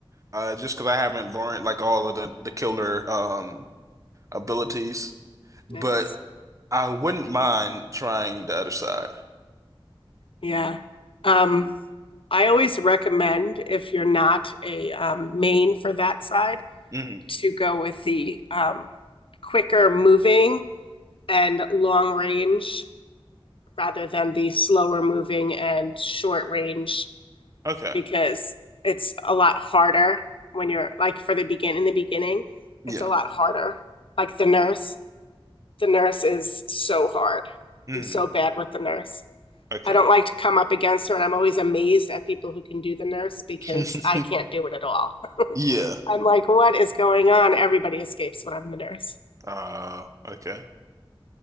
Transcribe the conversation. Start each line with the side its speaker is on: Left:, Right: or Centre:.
Right: uh, just because I haven't learned like all of the the killer um abilities, but
Left: Nice.
Right: I wouldn't mind trying the other side.
Left: Yeah. Um, I always recommend if you're not a um, main for that side
Right: hmm
Left: to go with the um, quicker moving and long range rather than the slower moving and short range
Right: Okay.
Left: because it's a lot harder when you're like for the begin in the beginning,
Right: Yeah.
Left: it's a lot harder. Like the nurse, the nurse is so hard.
Right: Mm.
Left: I'm so bad with the nurse.
Right: Okay.
Left: I don't like to come up against her, and I'm always amazed at people who can do the nurse because
Right: <laughs>
Left: I can't do it at all.
Right: Yeah.
Left: <laughs> I'm like, what is going on? Everybody escapes when I'm the nurse.
Right: Uh, okay.